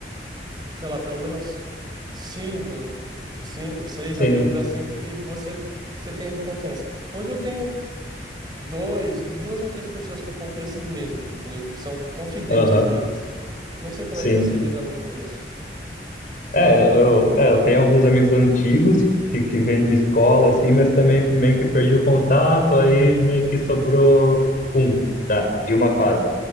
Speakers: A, on the right; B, on the left.
A: sei lá, pelo menos cinco, cinco, seis
B: Sim,
A: amigos assim que você, você tenha de confiança. Hoje eu tenho dois, duas ou três pessoas que eu confio assim mesmo, entendeu? Que são confidentes
B: aham,
A: minhas. Não sei como
B: sim.
A: é que você lida muito com isso.
B: É, eu, eu- é, eu tenho alguns amigos antigos que, que vêm de escola, assim, mas também meio que perdi o contato, aí meio que sobrou um da, de uma fase.